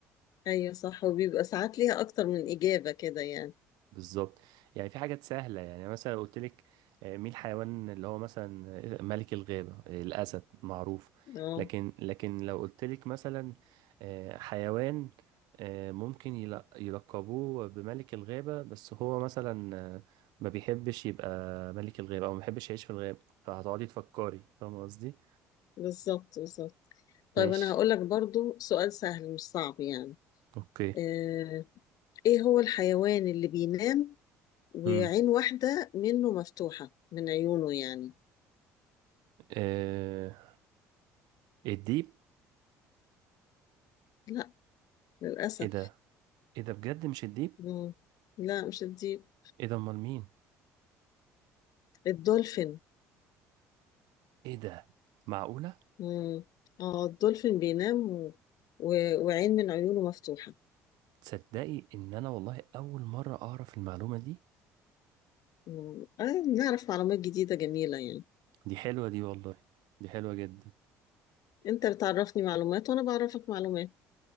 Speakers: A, on the left (about 60°); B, on the right (about 70°).
A: ايوه صح وبيبقى ساعات ليها اكتر من اجابة كده يعني
B: بالظبط يعني في حاجات سهلة يعني مثلا قلت لك آه، مين الحيوان اللي هو مثلا آه، ملك الغابة آه، الأسد معروف
A: اه
B: لكن لكن لو قلت لك مثلا آه، حيوان آه، ممكن يل- يلقبوه بملك الغابة بس هو مثلا آه، ما بيحبش يبقى ملك الغابة أو ما بيحبش يعيش في الغابة فهتقعدي تفكري فاهمة قصدي؟
A: بالظبط بالظبط طيب
B: ماشي
A: انا هقول لك برضو سؤال سهل مش صعب يعني
B: اوكي
A: آه، ايه هو الحيوان اللي بينام وعين
B: امم
A: واحدة منه مفتوحة من عيونه يعني
B: آه، الديب
A: لا للأسف
B: ايه ده؟ ايه ده بجد مش الديب؟
A: مم. لا مش الديب
B: ايه ده امال مين؟
A: الدولفين
B: ايه ده؟ معقولة؟
A: مم. اه الدولفين بينام و... و... وعين من عيونه مفتوحة
B: تصدقي ان انا والله اول مره اعرف المعلومه دي
A: مم. آه نعرف معلومات جديدة جميلة يعني
B: دي حلوه دي والله دي حلوه جدا
A: انت بتعرفني معلومات وانا بعرفك معلومات